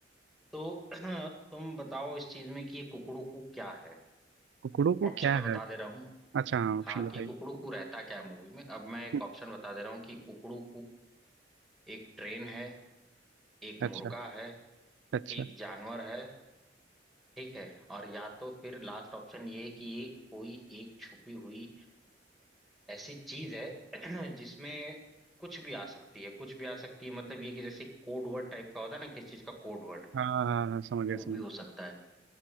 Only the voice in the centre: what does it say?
तो <clears throat> तुम बताओ इस चीज में कि ये कुकड़ू क्या है
ऑप्शन
मैं बता
दे रहा हूँ
हाँ
कि कुकड़ू रहता क्या है मूवी में अब मैं एक
ऑप्शन बता दे रहा हूँ कि कुकड़ू एक ट्रेन है एक मुर्गा
है
एक जानवर है ठीक है और या तो फिर लास्ट ऑप्शन ये है कि ये कोई एक छुपी हुई ऐसी चीज है <clears throat> जिसमें कुछ भी आ सकती है कुछ भी आ सकती है मतलब ये कि जैसे कोड वर्ड टाइप का होता है ना किस चीज का कोड वर्ड
वो
भी
हो सकता है